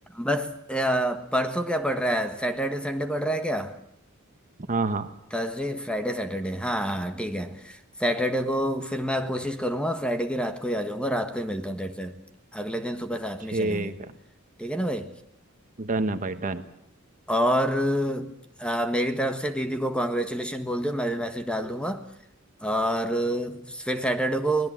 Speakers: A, in the centre; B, on the right.
A: बस अ, परसों क्या पड़ रहा है सैटरडे संडे पड़ रहा है क्या
B: हाँ हाँ
A: थर्सडे फ्राइडे सैटरडे हाँ हाँ ठीक है सैटरडे को फिर मैं कोशिश करूंगा फ्राइडे की रात को ही आ जाऊंगा रात को ही मिलता हूँ तेरे से अगले दिन सुबह साथ
B: ठीक
A: में चलेंगे
B: है
A: ठीक है ना भाई
B: डन है भाई डन
A: और अ, मेरी तरफ से दीदी को कॉन्ग्रेचुलेशन बोल दियो मैं भी मैसेज डाल दूंगा और फिर सैटरडे को